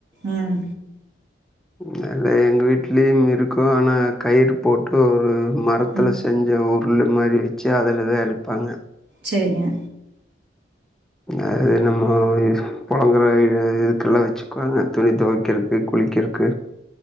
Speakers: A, on the right; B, in the centre.
A: உம்
B: நல்லா எங்க வீட்லயும் இருக்கு ஆனா கயிறு போட்டு ஒரு மரத்துல
A: ம்.
B: செஞ்ச உருளு மாரி வச்சி அதலதா எறைப்பாங்க
A: செரிங்க
B: அது நம்மோ யூஸ் பொழங்குற வேலைல இதுக்குல்லா வச்சிக்குவாங்க துணி தொவைக்குறதுக்கு குளிக்கிறக்கு